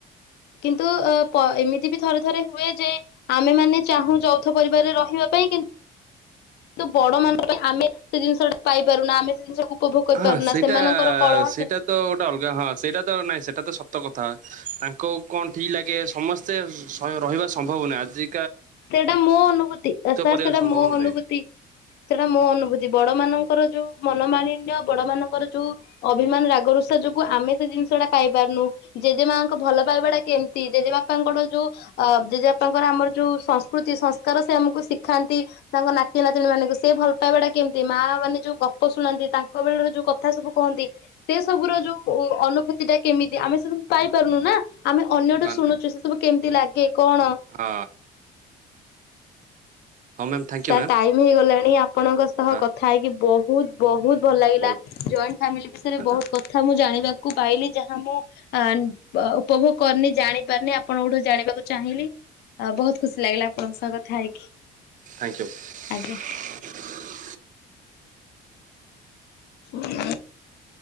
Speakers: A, on the left; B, on the right.
A: କିନ୍ତୁ ଅ ପ ଏମିତି ବି ଥରେ ଥରେ ହୁଏ ଯେ ଆମେମାନେ ଚାହୁଁ ଯୌଥ ପରିବାରରେ ରହିବା ପାଇଁ କିନ୍ତୁ କିନ୍ତୁ ବଡ ମାନଙ୍କ ପାଇଁ ଆମେ ସେ ଜିନିଷ ଟା ପାଇପାରୁନା ଆମେ ସେ ଜିନିଷକୁ ଉପଭୋଗ କରିପାରୁନା
B: ହଁ ସେଇଟା
A: ସେମାନଙ୍କର କଳହ
B: ସେଇଟା ତ ଗୋଟେ ଅଲଗା ହଁ ସେଇଟା ତ ନାଇଁ ସେଇଟା ତ ସ ତ କଥା ତାଙ୍କ କଣ ଠିକ୍ ଲାଗେ ସମସ୍ତେ ରହିବା ସମ୍ଭବ ନୁହେଁ ଆଜି
A: ସେଇଟା ମୋ ଅନୁଭୂତି ସାର୍
B: ପରିବାର
A: ସେଇଟା
B: ସମ୍ଭବ
A: ମୋ
B: ନୁହେଁ।
A: ଅନୁଭୂତି ସେଇଟା ମୋ ଅନୁଭୂତି ବଡ ମାନଙ୍କର ଯୋଉ ମନମାଳିନ ବଡ ମାନଙ୍କର ଯୋଉ ଅଭିମାନ ରାଗରୁଷା ଯୋଗୁ ଆମେ ସେ ଜିନିଷ ଟା ପାଇ ପାରୁନୁ ଜେଜେ ମାଙ୍କ ଭଲ ପାଇବାଟା କେମିତି ଜେଜେବାପାଙ୍କର ଯୋଉ ଅ ଜେଜେବାପାଙ୍କର ଆମର ଯୋଉ ସଂସ୍କୃତି ସଂସ୍କାର ସେ ଆମକୁ ଶିଖାନ୍ତି ତାଙ୍କ ନାତି ନାତୁଣୀ ମାନଙ୍କୁ ସେ ଭଲ ପାଇବାଟା କେମିତି ମା ମାନେ ଯୋଉ ଗପ ଶୁଣନ୍ତି ତାଙ୍କ ବେଳରେ ଯୋଉ କଥା ସବୁ କହନ୍ତି ସେ ସବୁର ଯୋଉ ଅନୁଭୂତି ଟା କେମିତି ଆମେ ସେ ସବୁ ପାଇପାରୁନୁ ନା। ଆମେ ଅନ୍ୟଟୁ
B: ହଁ
A: ଶୁଣୁଛୁ ସେ ସବୁ କେମିତି ଲାଗେ କଣ
B: ହଁ। ହଁ ma'am thank you
A: sir
B: ma'am
A: time ହେଇଗଲାଣି ଆଉ। ଆପଣଙ୍କ ସହ
B: ହଁ
A: କଥା ହେଇକି ବହୁତ ବହୁତ ବହୁତ ଭଲ ଲାଗିଲା
B: ବହୁତ
A: ଜଏଣ୍ଟ ଫ୍ୟାମିଲି ବିଷୟରେ
B: ଧନ୍ୟବାଦ
A: ବହୁତ କଥା ମୁଁ ଜାଣି ପାଇଲି ଯାହା ମୁଁ ଉପଭୋଗ କରିନି ଜାଣିି ପାରନି ଆପଣ କୋଠୁ ଜାଣକୁ ଚାହିଁଲି ଁ <inaudible> ଆ ବହୁତ ଖୁସି ଲାଗିଲା ଆପଣଙ୍କ ସହ କଥା ହେଇକି।
B: ଥ୍ୟାଙ୍କ ୟୁ।
A: ଆଜ୍ଞା। ହ।